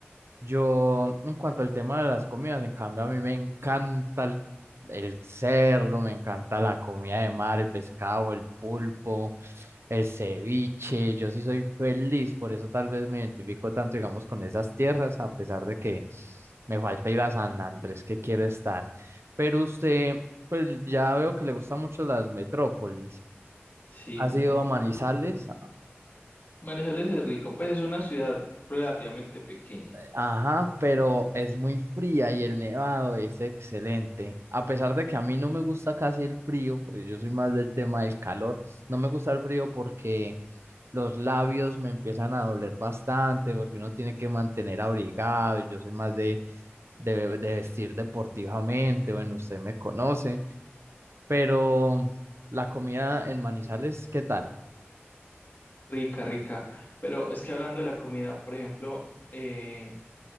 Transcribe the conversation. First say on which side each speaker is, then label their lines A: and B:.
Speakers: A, on the right (about 70°); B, on the left (about 45°).
A: Yo, en cuanto al tema de las comidas, en cambio, a mí me encanta el, el cerdo, me encanta la comida de mar, el pescado, el pulpo, el ceviche. Yo sí soy feliz, por eso tal vez me identifico tanto, digamos, con esas tierras, a pesar de que me falta ir a San Andrés, que quiero estar. Pero usted, pues ya veo que le gustan mucho las metrópolis.
B: Sí,
A: ¿Has ido
B: me encanta.
A: a Manizales?
B: Manizales es rico, pues es una ciudad relativamente pequeña,
A: Ajá, pero es muy fría y el nevado es excelente. A pesar de que a mí no me gusta casi el frío, porque yo soy más del tema del calor, no me gusta el frío porque los labios me empiezan a doler bastante, porque uno tiene que mantener abrigado. y Yo soy más de, de, de vestir deportivamente, bueno, usted me conoce, pero la comida en Manizales, ¿qué tal?
B: rica, rica, pero es que hablando de la comida, por ejemplo, eh,